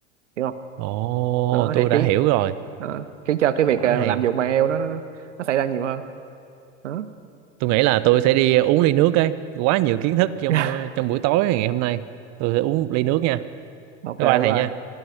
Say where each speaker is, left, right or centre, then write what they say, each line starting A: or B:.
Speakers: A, on the right; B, on the right.
A: hiểu không
B: ồ
A: đó
B: tôi
A: thì
B: đã
A: khiến
B: hiểu rồi
A: đó, khiến cho cái việc
B: quá
A: ờ,
B: hay
A: lạm dụng bằng ai eo đó nó, nó xảy ra nhiều hơn đó
B: tôi nghĩ là tôi sẽ đi uống ly nước ấy quá nhiều kiến thức trong
A: <laughs>
B: ờ, trong buổi tối ngày hôm nay tôi sẽ uống một ly nước nha
A: ok
B: bye bye thầy
A: bye
B: nha